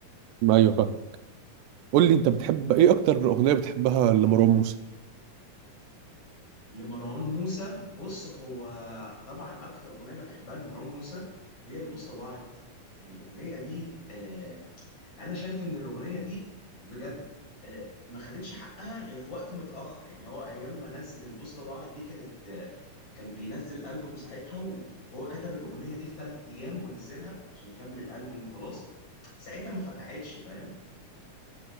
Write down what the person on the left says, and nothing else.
لمروان موسى بص هو طبعا اكتر اغنيه انا بحبها لمروان موسى هي البوصله ضاعت الاغنيه دي آه، انا شايف ان الاغنيه دي بجد آه، ما خدتش حقها غير في وقت متاخر يعني هو ايام ما نزل البوصله ضاعت دي كانت آه، كان بينزل البوم ساعتها و- وهو كتب الاغنيه دي في ثلاث ايام ونزلها عشان يكمل الالبوم وخلاص ساعتها ما فرقعتش فاهم